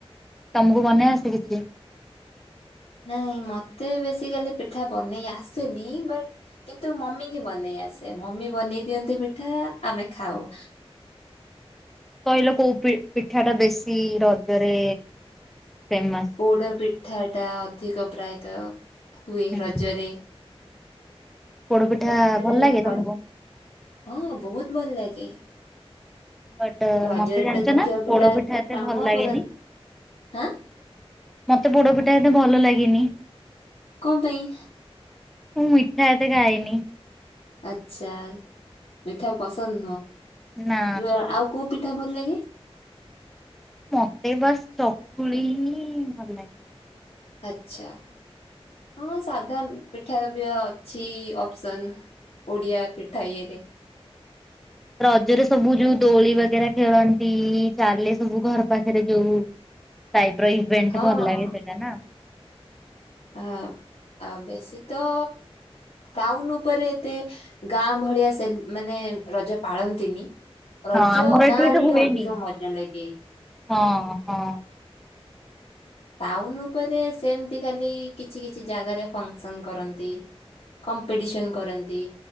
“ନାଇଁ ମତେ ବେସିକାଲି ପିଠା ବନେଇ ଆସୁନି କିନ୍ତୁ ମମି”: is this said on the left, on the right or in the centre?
Left